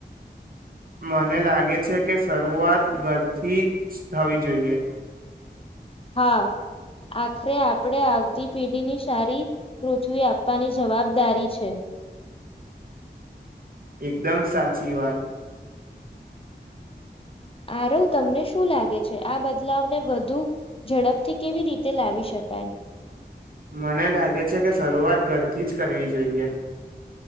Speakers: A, on the right; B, on the left.
A: મને લાગે છે કે શરૂઆત ઘરથી જ થવી જોઈએ
B: હા આખરે આપણે આવતી પેઢીની સારી પૃથ્વી આપવાની જવાબદારી છે
A: એકદમ સાચી વાત
B: આરો તમને શું લાગે છે આ બદલાવને વધુ ઝડપથી કેવી રીતે લાવી શકાય
A: મને લાગે છે કે શરૂઆત ઘરથી જ કરવી જોઈએ